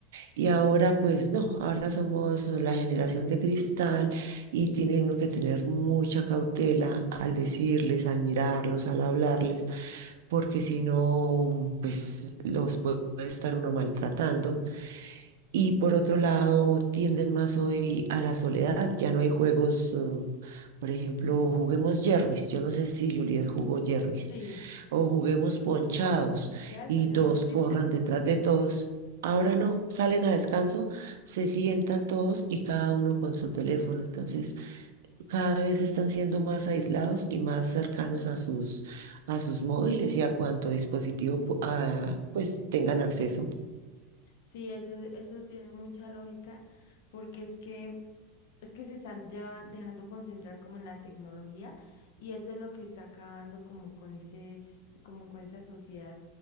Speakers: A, on the right (about 80°); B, on the left (about 65°).
A: Y ahora, pues no, ahora somos la generación de cristal y tienen uno que tener mucha cautela al decirles, al mirarlos, al hablarles porque si no, pues los puede estar uno maltratando. Y por otro lado, tienden más hoy a la soledad. Ya no hay juegos, eh, por ejemplo, juguemos yermis. Yo no sé si Juliet jugó yermis.
B: sí,
A: O juguemos ponchados
B: ya eso
A: y
B: ya
A: todos
B: no existe.
A: corran
B: <laughs>
A: detrás de todos. Ahora no, salen a descanso, se sientan todos y cada uno con su teléfono. Entonces, cada vez están siendo más aislados y más cercanos a sus, a sus móviles y a cuánto dispositivo pu- ah, pues tengan acceso.
B: sí, eso, eso tiene mucha lógica, porque es que Es que se están ya dejando concentrar como en la tecnología y eso es lo que está acabando como con ese, s- como con esa sociedad.